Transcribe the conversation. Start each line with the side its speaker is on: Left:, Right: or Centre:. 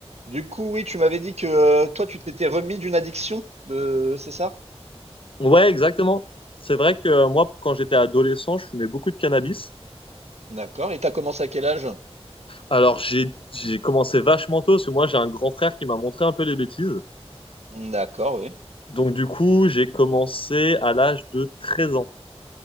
Right: Du coup, oui, tu m'avais dit que euh, toi, tu t'étais remis d'une addiction, de... c'est ça?
Left: Ouais, exactement. C'est vrai que euh, moi, quand j'étais adolescent, je fumais beaucoup de cannabis.
Right: D'accord. Et t'as commencé à quel âge?
Left: Alors, j'ai j'ai commencé vachement tôt, parce que moi, j'ai un grand frère qui m'a montré un peu les bêtises.
Right: D'accord, oui.
Left: Donc, du coup, j'ai commencé à l'âge de 13 ans.